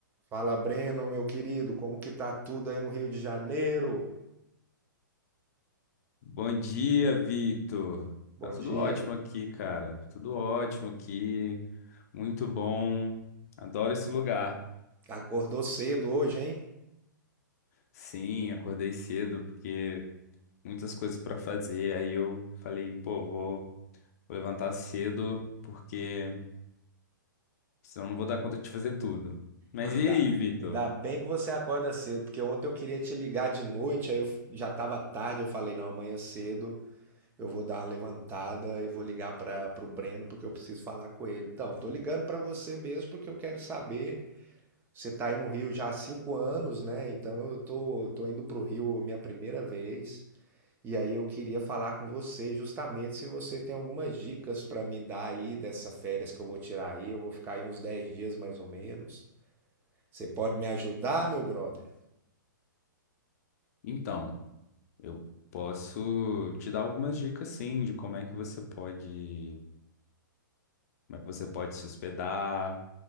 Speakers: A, on the right; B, on the left.
A: Fala, Breno, meu querido, como que tá tudo aí no Rio de Janeiro?
B: Bom dia, Victor.
A: Bom
B: Tá tudo
A: dia.
B: ótimo aqui, cara. Tudo ótimo aqui. Muito bom. Adoro esse lugar.
A: Acordou cedo hoje, hein?
B: Sim, acordei cedo porque muitas coisas para fazer. Aí eu falei, pô, vou, vou levantar cedo porque senão não vou dar conta de fazer tudo. Mas
A: Ah, Ainda,
B: e aí, Victor?
A: ainda bem que você acorda cedo, porque ontem eu queria te ligar de noite, aí eu f- já tava tarde, eu falei, não, amanhã cedo eu vou dar uma levantada e vou ligar para pro Breno porque eu preciso falar com ele. Então, tô ligando para você mesmo porque eu quero saber. Você tá aí no Rio já há cinco anos, né? Então eu tô, tô indo pro Rio minha primeira vez. E aí eu queria falar com você justamente se você tem algumas dicas para me dar aí dessas férias que eu vou tirar aí. Eu vou ficar aí uns 10 dias mais ou menos. Você pode me ajudar, meu brother?
B: Então, eu posso te dar algumas dicas, sim, de como é que você pode como é que você pode se hospedar,